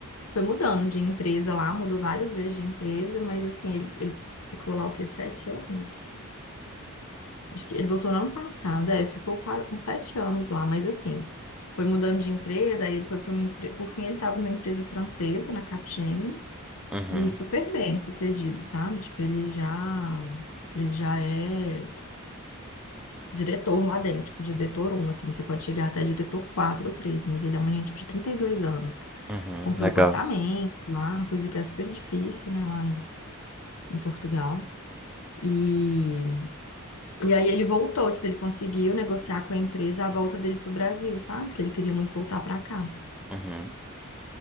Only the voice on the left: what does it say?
Foi mudando de empresa lá, mudou várias vezes de empresa, mas assim, ele, ele ficou lá o quê? Sete anos? Acho que ele voltou no ano passado, é, ficou qua- uns sete anos lá, mas assim, foi mudando de empresa, aí ele foi para uma empresa. Por fim, ele estava numa empresa francesa, na Capgemini,
e super bem sucedido, sabe? Tipo, ele já. Ele já é diretor lá dentro, tipo, diretor um assim, você pode chegar até diretor 4 ou 3, mas ele é um menino, tipo, de 32 anos.
Comprou
apartamento lá, coisa que é super difícil, né, lá em Portugal. E, e aí ele voltou, tipo, ele conseguiu negociar com a empresa a volta dele pro Brasil, sabe? Porque ele queria muito voltar para cá,